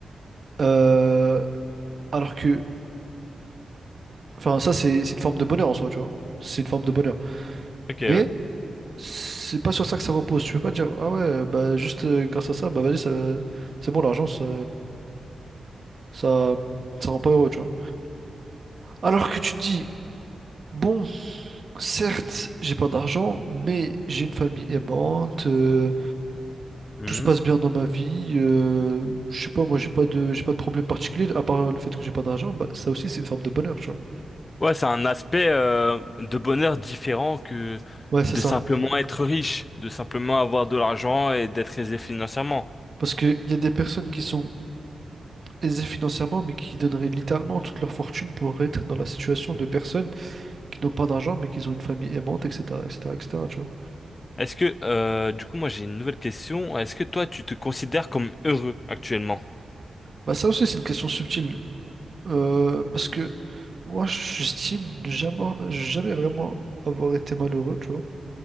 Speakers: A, on the right; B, on the left.
A: Euh, alors que, enfin, ça c'est c'est une forme de bonheur en soi, tu vois. C'est une forme de bonheur.
B: ok, ouais.
A: Mais C'est pas sur ça que ça repose. Tu peux pas dire, ah ouais, bah juste euh, grâce à ça, bah vas-y, ça- c'est bon, l'argent, ça, ça, ça rend pas heureux, tu vois. Alors que tu te dis, bon, certes, j'ai pas d'argent, mais j'ai une famille aimante, euh,
B: Mhm.
A: tout se passe bien dans ma vie, euh, je sais pas, moi j'ai pas de, j'ai pas de problème particulier, à part le fait que j'ai pas d'argent, bah ça aussi c'est une forme de bonheur, tu vois.
B: Ouais, c'est un aspect euh, de bonheur différent que
A: Ouais, c'est
B: de
A: ça.
B: simplement être riche, de simplement avoir de l'argent et d'être aisé financièrement.
A: Parce que y a des personnes qui sont aisées financièrement, mais qui donneraient littéralement toute leur fortune pour être dans la situation
B: Bon.
A: de personnes qui n'ont pas d'argent, mais qui ont une famille aimante, etc., etc., etc., tu vois.
B: Est-ce que, euh, du coup, moi, j'ai une nouvelle question. Est-ce que toi, tu te considères comme heureux actuellement?
A: Bah, ça aussi, c'est une question subtile. Euh, parce que moi, j'estime ne jamais, jamais vraiment avoir été malheureux, tu vois.